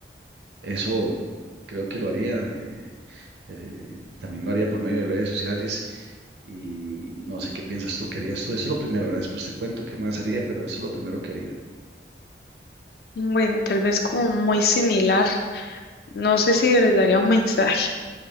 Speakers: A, on the right (about 75°); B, on the left (about 60°).
A: eso creo que lo haría, eh, eh, también lo haría por medio de redes sociales y no sé qué piensas tú, qué harías tú. Eso es lo primero, ¿verdad? Después te cuento qué más haría, pero eso es lo primero que haría.
B: Bueno, tal vez como muy similar. No sé si les daría un mensaje,